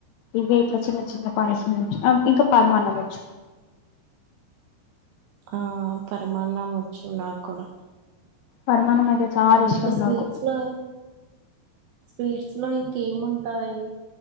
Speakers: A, on the left; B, on the right.
A: ఇవే ఇట్లా చిన్న చిన్న పాయసం వచ్చు ఇంకా పరమాన్నం వచ్చు
B: ఆ పరమాన్నం వచ్చు నాకు కూడా
A: పరమాన్నం అయితే చాలా ఇష్టం
B: ఇంకా స్వీట్స్
A: నాకు
B: లో స్వీట్స్ లో ఇంకేముంటాయి